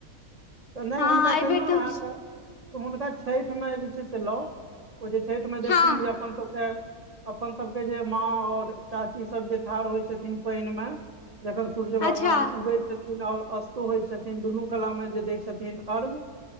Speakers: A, on the right; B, on the left.
A: तऽ नहि
B: हँ
A: हुनका कहियौ
B: एहि बेर
A: ने
B: तऽ
A: अहाँके हुनका छठिमे जे छै। से लाउ ओ जे छठिमे। देखथिन
B: हम हँ
A: जे अपन सबके अपन सभके जे माँ आऔर चाची सब जे ठाढ़ होइ छथिन। पानि मऽ जखन सूर्य भगवान
B: अच्छा
A: उगै छथिन। और अस्तो होय छथिन। दुनू कला मे जे द छथिन। अर्ग